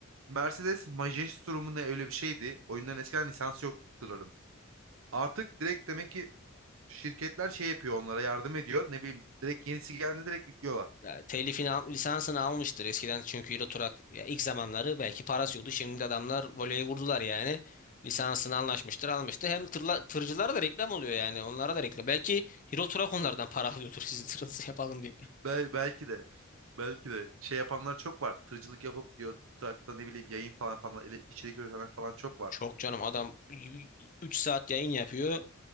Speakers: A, on the right; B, on the left.
A: Mercedes Majestrum mu ne öyle bir şeydi. Oyunların eskiden lisansı yoktu tırların. Artık direkt demek ki şirketler şey yapıyor onlara yardım ediyor. Ne bileyim direkt yenisi geldiğinde direkt yüklüyorlar.
B: Ya, telifini al- lisansını almıştır eskiden çünkü Euro Truck ya ilk zamanları belki parası yoktu. Şimdi adamlar voleyi vurdular yani. Lisansını anlaşmıştır, almıştır. Hem tırla, tırcılara da reklam oluyor yani. Onlara da reklam. Belki Euro Truck onlardan para alıyordur sizin tırınızı yapalım diye.
A: Bel belki de belki de şey yapanlar çok var. Tırcılık yapıp yo- trakta ne bileyim yayın falan yapanlar, ele- içerik üretenler falan çok var.
B: Çok canım adam 3 saat yayın yapıyor.